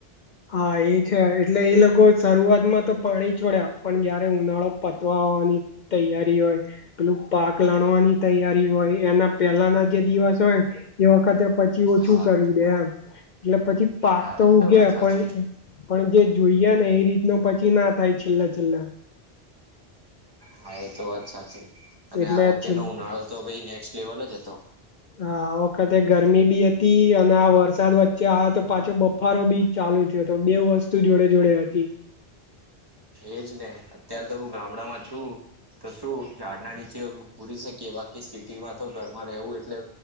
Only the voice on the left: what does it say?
હા એ છે એટલે એ લોકો શરૂઆતમાં તો પાણી છોડ્યા પણ જયારે ઉનાળો પતવાવાની તૈયારી હોય પેલું પાક લણવાની તૈયારી હોય એના પેલાના જે દિવસ હોય એ વખતે પછી ઓછું
કરી દે એમ એટલે પછી પાક
તો
ઉગેમ
પણ જે જોઈયા ને એ રીતનો પછી ના થાય છેલ્લા છેલ્લા
એટલે
જ છેલ્લે
હા આ વખતે ગરમી બી હતી અને આ વરસાદ વચ્ચે આ તો પાછો બફારો બી ચાલુ થયો તો બે વસ્તુ જોડે જોડે હતી